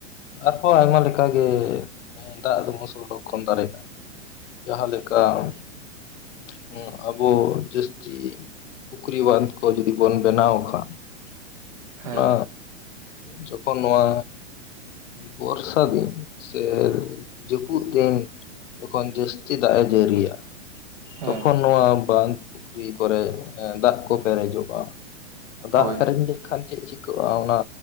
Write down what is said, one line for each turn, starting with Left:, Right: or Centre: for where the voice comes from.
Left: ᱟᱨᱦᱚᱸ ᱟᱭᱢᱟ ᱞᱮᱠᱟ ᱜᱮ ᱫᱟᱜ ᱫᱚᱵᱚᱱ ᱥᱚᱝᱨᱚᱠᱷᱚᱱ ᱫᱟᱲᱮᱭᱟᱜᱼᱟ ᱡᱟᱦᱟᱸ ᱞᱮᱠᱟ ᱦᱩᱸ ᱟᱵᱚ ᱡᱟᱹᱥᱛᱤ ᱯᱩᱠᱷᱨᱤ ᱵᱟᱸᱫᱷ ᱠᱚ ᱡᱩᱫᱤ ᱵᱚᱱ ᱵᱮᱱᱟᱣ <unintelligible> ᱚᱱᱟ
Right: ᱦᱮᱸ
Left: ᱡᱚᱠᱷᱚᱱ ᱱᱚᱣᱟ ᱵᱚᱨᱥᱟ ᱫᱤᱱ ᱥᱮ ᱡᱟᱹᱯᱩᱫ ᱫᱤᱱ ᱡᱚᱠᱷᱚᱱ ᱡᱟᱹᱥᱛᱤ ᱫᱟᱜ ᱮ ᱡᱟᱹᱨᱤᱭᱟ
Right: ᱦᱮᱸ
Left: ᱛᱚᱠᱷᱚᱱ ᱱᱚᱣᱟ ᱵᱟᱸᱫᱷ ᱯᱩᱠᱷᱨᱤ ᱠᱚᱨᱮ ᱫᱟᱜ ᱠᱚ ᱯᱮᱨᱮᱡᱚᱜᱼᱟ ᱫᱟᱜ
Right: ᱦᱳᱭ
Left: ᱯᱮᱨᱮᱡ ᱞᱮᱠᱷᱟᱱ ᱪᱮᱫ ᱪᱤᱠᱟᱹᱜᱼᱟ ᱚᱱᱟ